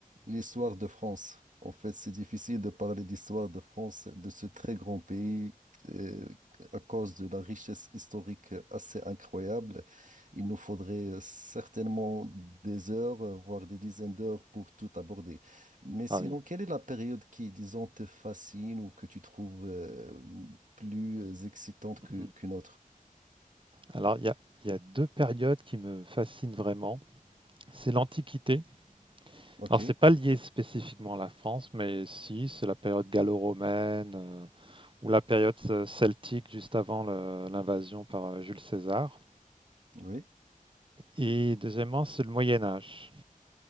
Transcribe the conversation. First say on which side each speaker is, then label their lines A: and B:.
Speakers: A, on the right (about 60°); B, on the right (about 35°).
A: L'histoire de France. En fait, c'est difficile de parler d'histoire de France, de ce très grand pays, euh, à cause de la richesse historique assez incroyable. Il nous faudrait certainement des heures, euh, voire des dizaines d'heures pour tout aborder. Mais sinon,
B: Ah oui.
A: quelle est la période qui, disons, te fascine ou que tu trouves, euh, plus euh, excitante que,
B: Mhm.
A: qu'une autre?
B: Alors, il y a, il y a deux périodes qui me fascinent vraiment. C'est l'Antiquité.
A: OK,
B: Alors, c'est pas lié spécifiquement à la France, mais si, c'est la période gallo-romaine euh, ou la période euh, celtique juste avant le- l'invasion par euh, Jules César.
A: oui,
B: Et deuxièmement, c'est le Moyen Âge.